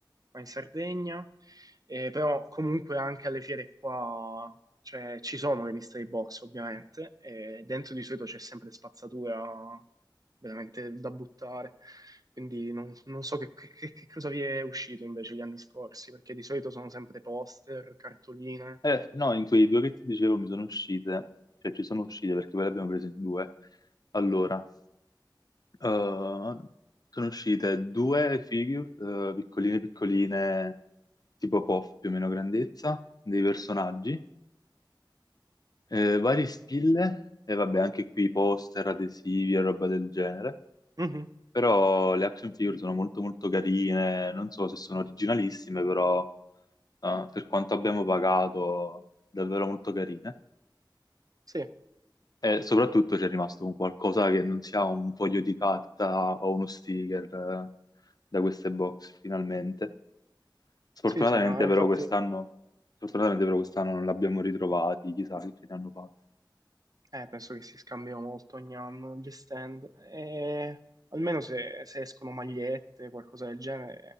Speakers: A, on the right (about 50°); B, on the left (about 50°).
A: qua in Sardegna, eh, però comunque anche alle fiere qua cioè, ci sono le mystery box ovviamente, e dentro di solito c'è sempre spazzatura veramente da buttare, quindi non, non so che, che- che che cosa vi è uscito invece gli anni scorsi, perché di solito sono sempre poster, cartoline.
B: Eh, no, in quei due che ti dicevo mi sono uscite, cioè ci sono uscite perché poi le abbiamo prese in due. Allora, Uh, sono uscite due figure, uh, piccoline piccoline, tipo Puff più o meno grandezza, dei personaggi, eh, vari spille e vabbè anche qui poster, adesivi e roba del genere.
A: Mhm,
B: Però le action figure sono molto molto carine, non so se sono originalissime, però uh, per quanto abbiamo pagato davvero molto carine.
A: Sì,
B: E soprattutto c'è rimasto un qualcosa che non sia un foglio di carta o uno sticker eh, da queste box finalmente. Sfortunatamente
A: sì, sì, ma infatti
B: però quest'anno, sfortunatamente però quest'anno non l'abbiamo ritrovati, chissà che fine hanno fatto.
A: Eh, penso che si scambiano molto ogni anno gli stand. E almeno se, se escono magliette, qualcosa del genere,